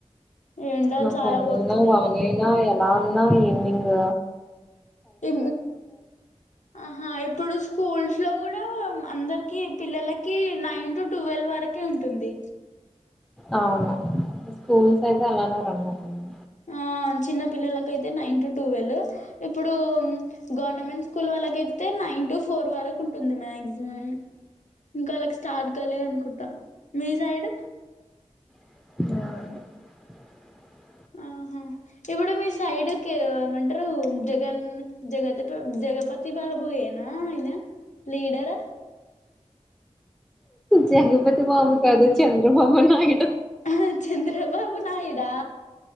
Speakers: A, on the left; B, in the centre.
A: ఎండలు
B: మా
A: చాలా
B: ఫ్రంనా
A: కొడుతున్నాయి
B: వానయినా
A: కదా
B: ఎలా ఉన్నా ఈనింగ్
A: ఇ ఆహా ఇప్పుడు స్కూల్స్ లో కూడా అందరికి పిల్లలకి నైన్ టు ట్వెల్వ్ వరకే ఉంటుంది
B: అవును స్కూల్స్ అయితే అలానే రన్ అవుతుంది
A: ఆ చిన్న పిల్లలకయితే నైన్ టు టువెల్ ఇప్పుడు గవర్నమెంట్ స్కూల్ వాళ్ళకయితే నైన్ టు ఫోర్ వరకు ఉంటుంది మ్యాక్సిమం ఇంకా అలాకి స్టార్ట్ కలి అనుకుంటా మీ సైడ్
B: ఆ
A: ఆహా ఇప్పుడు మీ సైడ్ క్ ఏమంటరు జగన్ జగతి జగపతి బాబూ ఏనా ఇన లీడర్
B: జగపతి బాబు కాదు చన్ ద్రబాబునాయుడు
A: ఆహ్ చంద్రబాబు నాయుడా